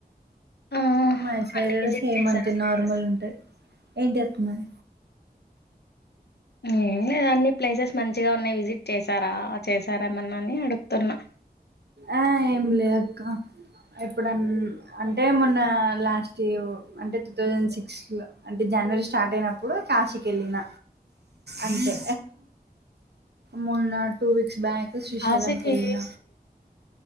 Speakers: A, on the left; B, on the right.
A: ఆ
B: ఐ మై సైడ్
A: అన్ని
B: కూడా
A: విజిట్
B: సేమ్
A: చేశారా
B: అంతే
A: ప్లేసెస్
B: నార్మల్ ఉంటది ఏంటిదక్క మన్
A: ఇంగ్ ఏం లేదన్ని ప్లేసెస్ మంచిగా ఉన్నాయ్ విజిట్ చేసారా చేసారేమన్నాని అడుక్ తున్నా
B: ఆ ఏంలే అక్క ఎప్పుడం అంటే మొన్న లాస్ట్ ల అంటే టూ థౌజండ్ సిక్స్ ల అంటే జనవరి స్టార్ట్ అయినప్పుడు కాశీకి ఎళ్ళిన అంతే మొన్న టూ వీక్స్ బ్యాక్ శ్రీశైలం
A: కాశీకి
B: కెళ్ళిన